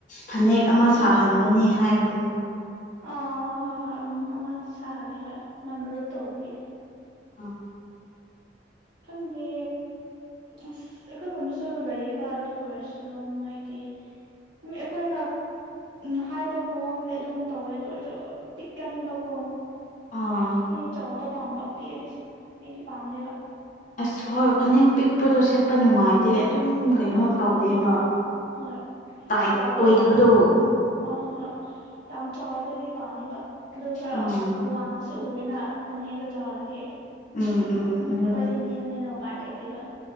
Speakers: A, on the left; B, on the right.
A: ꯐꯅꯦꯛ ꯑꯃ
B: ꯈꯪꯗꯦ
A: ꯁꯥꯍꯟꯕꯅꯤ ꯍꯥꯏꯕꯗ
B: ꯑꯥ ꯍꯣꯏ ꯍꯣꯏ ꯍꯣꯏ ꯎꯝ ꯑꯃ ꯁꯥꯍꯜꯂꯦ ꯍꯣꯏ ꯃꯣꯏ ꯃꯔꯨꯞ ꯇꯧꯕꯒꯤ
A: ꯑꯥ
B: ꯈꯪꯗꯦ ꯑꯁ ꯑꯩꯈꯣꯏ ꯈꯨꯟꯗꯁꯨ ꯂꯩꯌꯦꯕ ꯑꯗꯨ ꯑꯣꯏꯔꯁꯨ ꯃꯣꯏꯗꯤ <unintelligible> ꯑꯩꯈꯣꯏꯅ ꯎꯝ ꯍꯥꯏꯕ ꯃꯑꯣꯡꯗꯤ ꯑꯗꯨꯝ ꯇꯧꯋꯦ ꯑꯗꯨꯗꯣ ꯑꯣꯏꯔꯁꯨ ꯄꯤꯛꯀꯟꯕꯀꯣ꯫
A: ꯑꯥ
B: ꯑꯩꯗꯤ ꯆꯥꯎꯕ ꯄꯥꯝꯕ ꯄꯤꯛꯑꯗꯤ ꯑꯩꯗꯤ ꯄꯥꯝꯗꯦꯕ꯫
A: ꯑꯁ ꯍꯣꯏ ꯐꯅꯦꯛ ꯄꯤꯛꯄꯗꯣ ꯁꯦꯠꯄ ꯅꯨꯡꯉꯥꯏꯇꯦ꯫ ꯑꯗꯨꯝ
B: ꯍꯣꯏ
A: ꯀꯩꯅꯣ
B: ꯑꯗꯨꯒꯤ
A: ꯇꯧꯗꯦꯕ
B: ꯎꯝ ꯍꯣꯏ
A: ꯇꯥꯏꯠ
B: ꯆꯥꯎꯕꯗꯣ
A: ꯑꯣꯏꯗꯕꯗꯣ꯫
B: ꯌꯥꯝ ꯎꯝ ꯑꯣ ꯍꯣꯏ ꯍꯣꯏ ꯌꯥꯝ ꯆꯥꯎꯕꯗꯗꯤ ꯄꯥꯝꯃꯤꯕ ꯑꯗꯨ ꯈꯔ
A: ꯑꯥ
B: ꯋꯥꯡꯉ <unintelligible> ꯎꯏꯅ ꯐꯅꯦꯛꯗꯣ ꯇꯧꯔꯗꯤ ꯑꯩꯈꯣꯏꯗꯤ
A: ꯎꯝ ꯎꯝ ꯑꯗꯨꯅꯦ
B: ꯅꯦꯝꯕ꯭ꯔꯦꯅ ꯎꯄꯥꯏ ꯂꯩꯇꯦꯕ